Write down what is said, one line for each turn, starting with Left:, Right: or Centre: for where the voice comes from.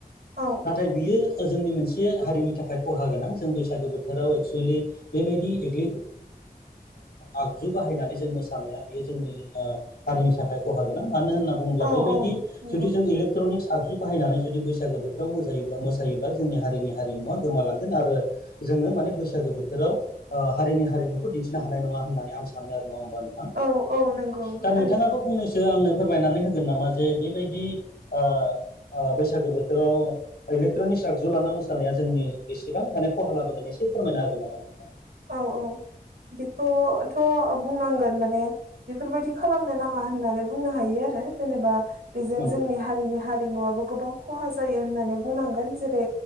Right: औ
Left: नाथाय बियो जोंनि मोनसे हारिनि थाखाय खहा गोनां जों बैसागो बोथोराव एक्सुेलि बेबायदि <unintelligible> <unintelligible> आगजु बाहायनानै जों मोसानाया बेयो जोंनि ओ हारिनि थाखाय खहा गोनां मानो होनना बुङोब्ला
Right: औ
Left: बेबायदि
Right: औ नंगौ
Left: जु जों इलेट्रनि आगजु बाहायनानै जुदि बैसागो बोथोराव मोजायोब्ला मोसायोब्ला जोंनि हारिनि हारिमुवा गोमालांगोन आरो जोङो माने बैसाग गो बोथोराव हारिनि हारिमुखौ दिन्थिनो हानाय नङा होननानै आं सानो आरो नङा होमबा नोंथां
Right: औ औ नंगौ
Left: दा
Right: थारैनो
Left: नोंथाङाबो फंनैसो आंनो फोरमायनानै होगोन नामा जे बेबायदि आ आ बैसागो बोथोराव इलेक्ट्रनिक आगजु लाना मोसानाया जोंनि बेसेबां माने खहा लाबोगोननि से फोरमायनो होन नामा नोंथा
Right: औ औ बेखौथ' बुंनांगोन माने बेफोरबायदि खालामनो नाङा होननानै बुंनो हायो जेनेबा बेजों
Left: नंगौ
Right: जोंनि हारिनि हारिमुवाबो गोबां खहा जायो होननानै बुंनांगोन जेरै